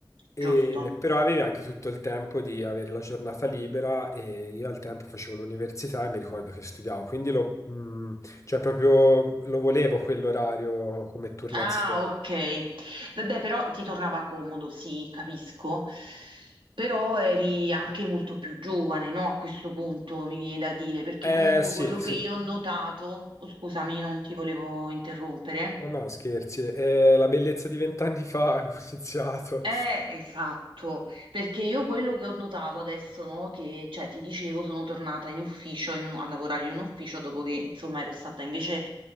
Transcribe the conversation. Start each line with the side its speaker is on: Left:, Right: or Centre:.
Right: giusto.
Left: E- però avevi anche tutto il tempo di avere la giornata libera e io al tempo facevo l'università e mi ricordo che studiavo, quindi lo, mh, cioè proprio lo volevo quell'orario come turnazione.
Right: Ah, ok. Vabbè, però ti tornava comodo, sì, capisco. Però eri anche molto più giovane, no? A questo punto mi viene da dire, perché
Left: Eh
Right: comunque
Left: sì,
Right: quello
Left: sì,
Right: che io ho notato, oh, scusami, non ti volevo interrompere.
Left: ma no, scherzi, eh, la bellezza di vent'anni fa <laughs> ho iniziato.
Right: Eh, esatto, perché io quello che ho notato adesso, no, che cioè, ti dicevo, sono tornata in ufficio, in un- a lavorare in un ufficio dopo che insomma ero stata invece,